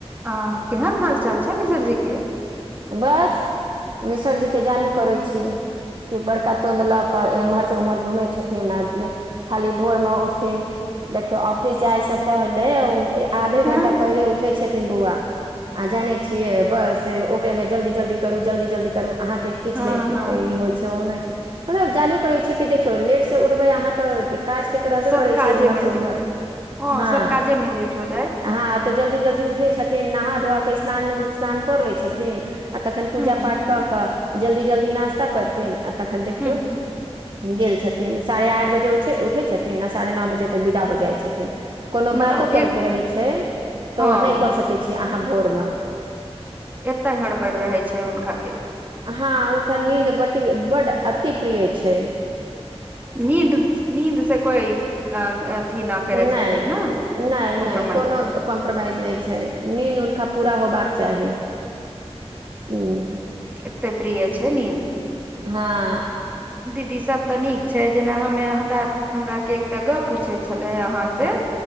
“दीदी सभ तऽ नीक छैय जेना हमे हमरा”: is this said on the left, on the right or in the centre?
Right